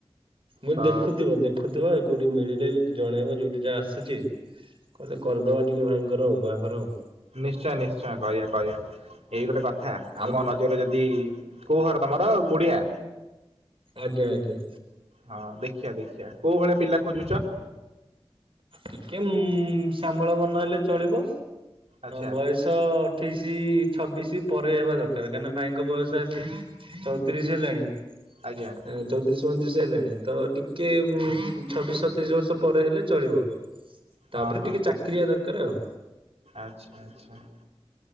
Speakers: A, on the right (about 55°); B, on the right (about 80°).
A: ବ
B: ତ
A: ଦେଖୁଥିବ ଦେଖ। ଦେଖୁଥିବ କୋଉଠି ମିଳିଲେ ବି ଜଣେଇବ ଯୋଉଠି ଯାହା ଆସୁଛି। କହିଲେ କରିଦବା ଟିକେ ଭାଇଙ୍କର ଆଉ ବାହାଘର ଆଉ।
B: ନିଶ୍ଚୟ ନିଶ୍ଚୟ କରିବା କରିବା ଏଇ ଗୋଟେ କଥା
A: ଆଉ
B: ଆମ ନଜରରେ ଯଦି କୋଉ ଘର ତମର ଗୁଡିଆ।
A: ଆଜ୍ଞା ଆଜ୍ଞା।
B: ହଁ ଦେଖିଆ ଦେଖିଆ କୋଉ ଭଳିଆ ପିଲା ଖୋଜୁଛ?
A: ଟିକେ ଉ ସାମଳ ବନ ହେଲେ ଚଳିବ
B: ଆଚ୍ଛା
A: ବୟସ ଶହ ଅଠେଇଶି ଛବିଶି ପରେ ହେବା ଦରକାର କାହିଁକିନା ଭାଇଙ୍କ ବୟସ ଆସି ଚଉତିରିଶ ହେଲାଣି।
B: ଆଜ୍ଞା
A: ଚଉତିରିଶ ପଇଁତିରିଶ ହେଲାଣି ତ ଟିକେ ଛବିଶ ସତେଇରିଶ ବର୍ଷ ପରେ ହେଲେ ଚଳିବ।
B: ହଁ
A: ତାପରେ
B: ହଁ
A: ଟିକେ
B: ହଁ
A: ଚାକିରି ଦବା ଦରକାର ଆଉ
B: ଆଚ୍ଛା ଆଚ୍ଛା।